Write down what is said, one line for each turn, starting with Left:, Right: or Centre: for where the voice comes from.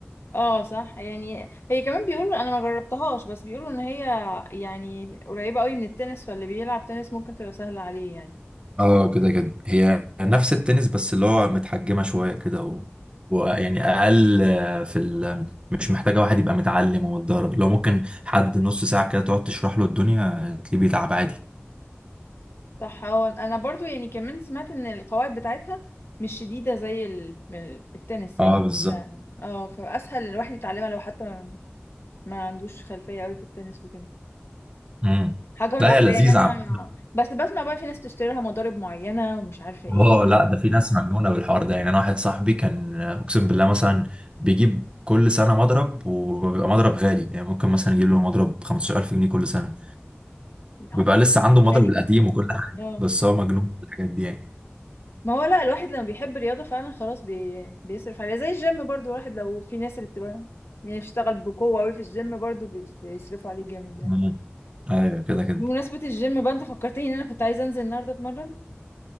Left: اه صح يعني هي كمان بيقولوا انا ما جربتهاش بس بيقولوا ان هي يعني قريبة قوي من التنس فاللي بيلعب تنس ممكن تبقى سهلة عليه يعني
Right: اه كده كده هي نفس التنس بس اللي هو متحجمة شوية كده و... ويعني أقل في ال... مش محتاجة واحد يبقى متعلم ومتدرب لو ممكن حد نص ساعة كده تقعد تشرح له الدنيا تلاقيه بيتعب عادي
Left: صح اه انا برضو يعني كمان سمعت ان القواعد بتاعتها مش شديدة زي ال- ال- التنس يعني
Right: اه بالظبط
Left: ف- اه فاسهل الواحد يتعلمها لو حتى ما ما عندوش خلفية قوي في التنس وكده
Right: امم
Left: هجربها
Right: لا هي لذيذة
Left: يعني انا
Right: عامة
Left: بس بسمع بقى في ناس بتشتري لها مضارب معينة ومش عارفة ايه
Right: اه لا ده في ناس مجنونة بالحوار ده يعني أنا واحد صاحبي كان أقسم بالله مثلا بيجيب كل سنة مضرب وبيبقى مضرب غالي يعني ممكن مثلا يجيب له مضرب 15000 جنيه كل سنة
Left: ع-
Right: وبيبقى لسه عنده مضرب
Left: غالي
Right: القديم
Left: كده
Right: وكل حاجه
Left: اه
Right: بس هو مجنون في الحاجات دي يعني
Left: ما هو لا الواحد لما بيحب الرياضة فعلا خلاص بي... بيصرف عليها زي الجيم برضو الواحد لو في ناس اللي بتبقى يعني بتشتغل بقوة قوي في الجيم برضو بي... بيصرفوا عليه جامد يعني
Right: مم. ايوه كده كده
Left: بمناسبة الجيم بقى انت فكرتني ان انا كنت عايزة انزل النهاردة اتمرن